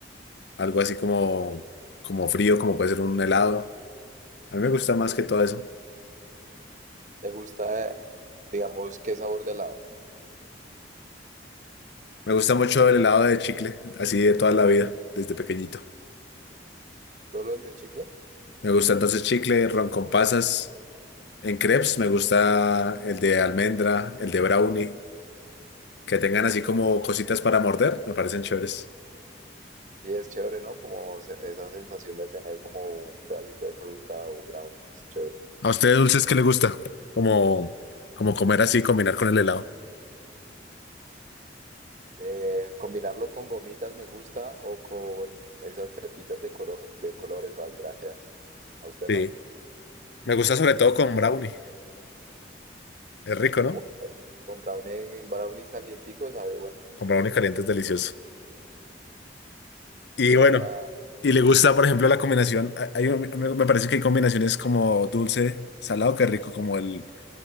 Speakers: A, on the left; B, on the right.
A: algo así como, como frío, como puede ser un helado. A mí me gusta más que todo eso.
B: ¿Le gusta, eh, digamos, qué sabor de helado?
A: Me gusta mucho el helado de chicle, así de toda la vida, desde pequeñito.
B: ¿Solo el de chicle?
A: Me gusta entonces chicle, ron con pasas. En crepes me gusta el de almendra, el de brownie, que tengan así como cositas para morder, me parecen chéveres.
B: Sí, es chévere, ¿no? Como se- esa sensación de tener como un pedacito de fruta o brownies, chévere.
A: ¿A usted de dulces qué le gusta? Como, como comer así, combinar con el helado.
B: Eh, combinarlo con gomitas me gusta o con esas pepitas de, colo- de colores, las grajeas. ¿A usted
A: Sí.
B: no?
A: Me gusta sobre todo con brownie. Es rico, ¿no?
B: Uy, con brownie, brownie calientico sabe bueno.
A: Con brownie caliente es delicioso. Y
B: ¿Qué
A: bueno,
B: otra?
A: y le gusta, por ejemplo, la combinación. a- hay un- me, me parece que hay combinaciones como dulce, salado, que es rico, como el,